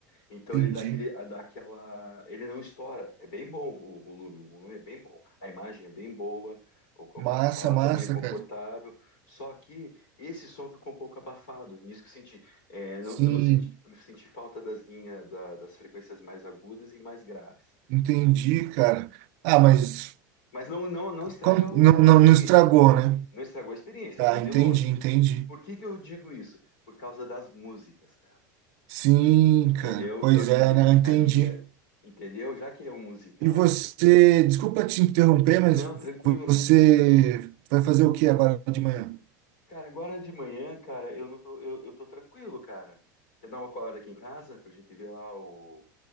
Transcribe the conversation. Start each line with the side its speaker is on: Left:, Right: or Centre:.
Left: Então
Right: entendi.
Left: ele dá aquele, dá aquela, ele não estoura. É bem bom o volume, o volume é bem bom, a imagem é bem boa, o-
Right: Massa,
Left: o- a sala
Right: massa,
Left: também é confortável.
Right: cara.
Left: Só que esse som ficou um pouco abafado. Nisso que eu senti, é, não-
Right: Sim,
Left: eu não senti, senti falta das linhas da- das frequências mais agudas e mais graves.
Right: entendi, cara. Ah, mas
Left: Mas não, não, não estraga
Right: como-
Left: o-
Right: não,
Left: a
Right: não,
Left: a experiência.
Right: não estragou, né?
Left: Não estragou a experiência,
Right: Tá,
Left: não de
Right: entendi,
Left: longe.
Right: entendi.
Left: Por que que eu digo isso? Por causa das músicas, cara.
Right: Sim,
Left: Se- Entendeu?
Right: cara. Pois
Left: Que eu acho
Right: é,
Left: que de-
Right: né?
Left: ficaria.
Right: Eu Entendi.
Left: Entendeu? Já que ele é um musical.
Right: E você, desculpa te interromper, mas
Left: Não, tranquilo, mano.
Right: você vai fazer o que agora de manhã?
Left: Cara, agora de manhã, cara, eu não tô. Eu, eu tô tranquilo, cara. Quer dar uma colada aqui em casa pra gente ver lá o.